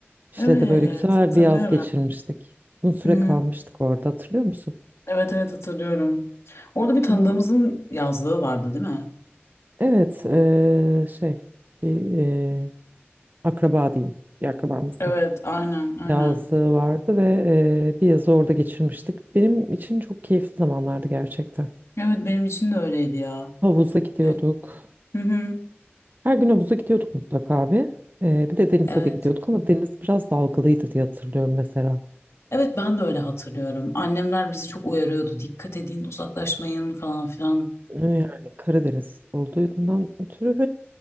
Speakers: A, on the right; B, on the left.
A: Şile'de
B: Evet.
A: böyle güzel
B: Hatırlıyorum.
A: bir yaz geçirmiştik. Uzun süre
B: Hı,
A: kalmıştık orada hatırlıyor musun?
B: Evet evet hatırlıyorum. Orada bir tanıdığımızın
A: Evet.
B: yazlığı vardı değil mi?
A: Evet eee, şey bir eee, akraba diyeyim. Bir akrabamızın
B: Evet aynen aynen.
A: yazlığı vardı ve eee, bir yazı orada geçirmiştik. Benim için çok keyifli zamanlardı gerçekten.
B: Evet benim için de öyleydi ya.
A: Havuza gidiyorduk.
B: Gel. Hı hı.
A: Her gün havuza gidiyorduk mutlaka abi. Ee, bir de denize
B: Evet.
A: de gidiyorduk ama deniz biraz dalgalıydı diye hatırlıyorum mesela.
B: Evet ben de öyle hatırlıyorum. Annemler bizi çok uyarıyordu. Dikkat edin uzaklaşmayın falan filan.
A: Ee, Yani Karadeniz olduğundan ötürü